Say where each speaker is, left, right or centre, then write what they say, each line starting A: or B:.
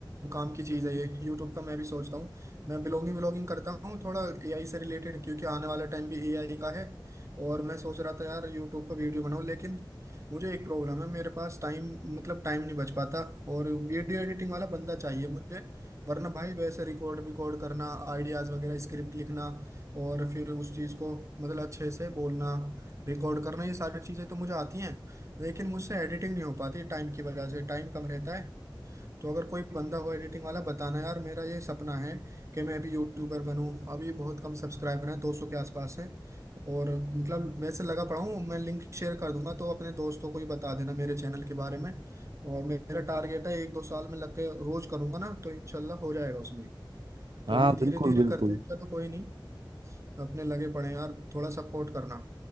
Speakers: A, on the right; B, on the right.
A: अ, काम की चीज है ये यूट्यूब का मैं भी सोचता हूँ मैं ब्लॉगिंग व्लॉगिंग करता हूँ थोड़ा एआई से रिलेटेड क्योंकि आने वाला टाइम भी एआई का है और मैं सोच रहा था यार यूट्यूब पर वीडियो बनाऊँ लेकिन मुझे एक प्रॉब्लम है मेरे पास टाइम मतलब टाइम नहीं बच पाता और वीडियो एडिटिंग वाला बंदा चाहिए मुझे वरना भाई वैसे रिकॉर्ड विकॉर्ड करना आइडियाज वगैरह स्क्रिप्ट लिखना और फिर उस चीज़ को मतलब अच्छे से बोलना रिकॉर्ड करना ये सारी चीज़ें तो मुझे आती हैं लेकिन मुझसे एडिटिंग नहीं हो पाती टाइम की वजह से टाइम कम रहता है तो अगर कोई बंदा हो एडिटिंग वाला बताना यार मेरा ये सपना है कि मैं अभी यूट्यूबर बनूं अभी बहुत कम सब्सक्राइबर हैं 200 के आसपास है और मतलब वैसे लगा पड़ा हूँ मैं लिंक शेयर कर दूंगा तो अपने दोस्तों को ही बता देना मेरे चैनल के बारे में और मेरा टारगेट है एक दो साल में लग के रोज करूंगा ना तो इंशाल्लाह हो जाएगा उसमें तो
B: हाँ
A: ये धीरे
B: बिल्कुल
A: धीरे
B: बिल्कुल
A: करते हैं चलो कोई नहीं अपने लगे पड़े हैं यार थोड़ा सपोर्ट करना